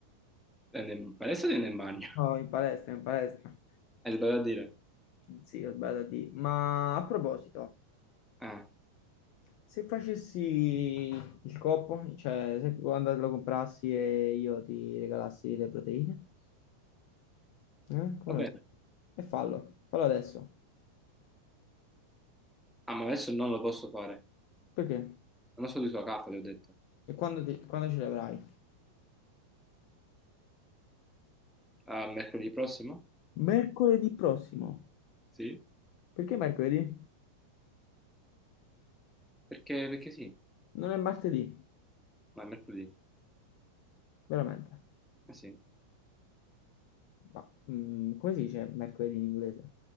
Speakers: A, in the centre; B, on the left.
A: Tende- Adesso tende in bagno.
B: No, in palestra, in palestra.
A: Hai sbagliato a dire.
B: Sì, bella di. Ma a proposito,
A: Ah,
B: se facessi il coppo, cioè se quando lo comprassi e io ti regalassi le proteine, eh? Come
A: va bene.
B: lo vedi? E fallo, fallo adesso.
A: Ah, ma adesso non lo posso fare.
B: Perché?
A: Non so di sua caffa, ti ho detto.
B: E quando, ti, quando ce le avrai?
A: Ah, mercoledì prossimo?
B: Mercoledì prossimo.
A: Sì.
B: Perché mercoledì?
A: Perché, perché sì?
B: Non è martedì,
A: Ma è mercoledì.
B: veramente.
A: Eh sì.
B: Ma, mm, come si dice mercoledì in inglese?